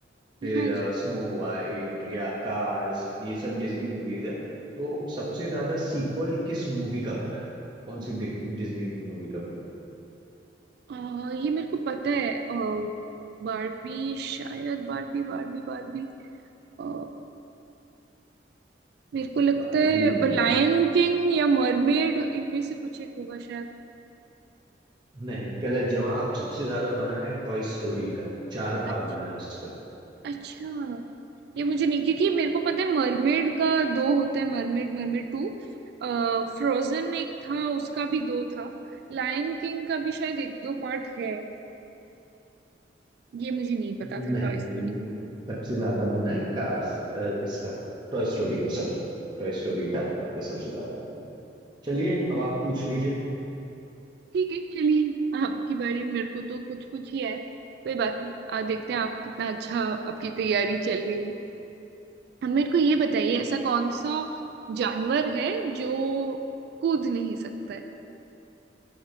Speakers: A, on the right; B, on the right.
A: फिर
B: हाँ जी
A: स्नो वाइट या कार्स ये सब डिज्नी मूवीज है तो सबसे ज्यादा सीक्वल किस मूवी का बना है कौन सी डिग- डिज्नी मूवी का बना है
B: अ, ये मेरे को पता है अ, बारबी शायद बारबी बारबी बारबी अ, मेरे को लगता
A: बारबी
B: है
A: नहीं
B: लायन किंग या मरमेड इनमें से कुछ एक होगा शायद
A: नहीं गलत जवाब सबसे ज्यादा बना है टॉय स्टोरी का चार
B: अच्छा
A: भाग बना है उसका
B: अच्छा ये मुझे नहीं क्योंकि मेरे को पता है मरमेड का दो होता है मरमेड मरमेड टू फ्रोजन एक था उसका भी दो था लायन किंग का भी शायद एक दो पार्ट है ये मुझे नहीं पता
A: नहीं
B: था टॉय स्टोरी
A: सबसे ज्यादा बना है कार्स अ, इसका टॉय स्टोरी का सॉरी टॉय स्टोरी का आपका सबसे ज्यादा बना चलिए अब आप पूछ लीजिए
B: ठीक है चलिए आपकी बारी मेरे को तो कुछ कुछ ही है कोई बात नहीं आ देखते हैं आप कितना अच्छा आपकी तैयारी चल रही है अब मेरे को ये बताइए ऐसा कौन सा जानवर है जो कूद नहीं सकता है